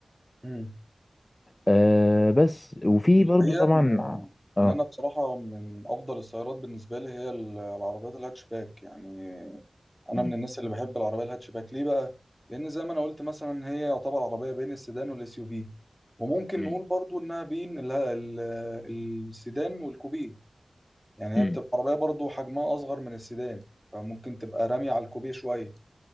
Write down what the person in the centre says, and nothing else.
مم.
الحقيقة
إن
إن أنا بصراحة من أفضل السيارات بالنسبة لي هي ال- العربيات الهاتشباك يعني انا
من الناس اللي بحب العربيه الهاتشباك ليه بقى لان زي ما انا قلت مثلا هي يعتبر عربيه بين السيدان والاس يو في وممكن
نقول برضو انها بين ال- ال- السيدان والكوبيه يعني
هي بتبقى عربيه برضو حجمها اصغر من السيدان فممكن تبقى رامية على الكوبيه شويه